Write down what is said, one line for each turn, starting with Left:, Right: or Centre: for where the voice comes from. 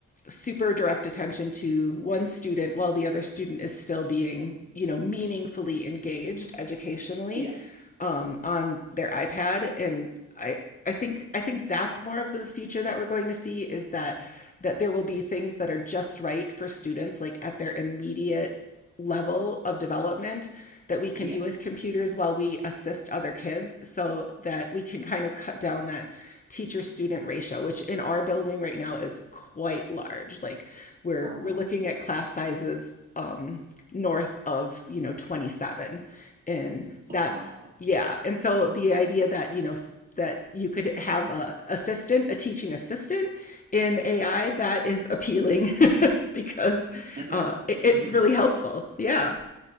Left: super direct attention to one student while the other student is still being, you know, meaningfully engaged educationally
Right: yeah.
Left: um, on their iPad, and I I think I think that's more of the future that we're going to see is that that there will be things that are just right for students, like at their immediate level of development that we can
Right: Yeah.
Left: do with computers while we assist other kids so that we can kind of cut down that teacher student ratio which in our building right now is quite large like we're
Right: Oh
Left: we're
Right: wow.
Left: looking at class sizes um, north of, you know, 27. And that's,
Right: Oh wow.
Left: yeah. And so the idea that, you know, that you could have a assistant, a teaching assistant in AI, that is appealing <laughs> because
Right: <laughs> That's
Left: uh, it-
Right: true.
Left: it's really helpful. Yeah.